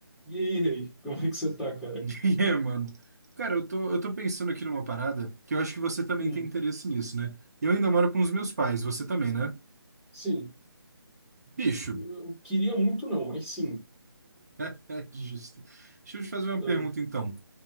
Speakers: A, in the centre; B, on the right.
A: E aí, Rei, como é que você tá, cara?
B: <laughs> é, mano. Cara, eu tô, eu tô pensando aqui numa parada que eu acho que você também
A: Hum,
B: tem interesse nisso, né? Eu ainda moro com os meus pais, você também, né?
A: sim,
B: Bicho,
A: eu queria muito não, mas sim,
B: <laughs> é justo. Deixa eu te fazer uma
A: Hum,
B: pergunta, então.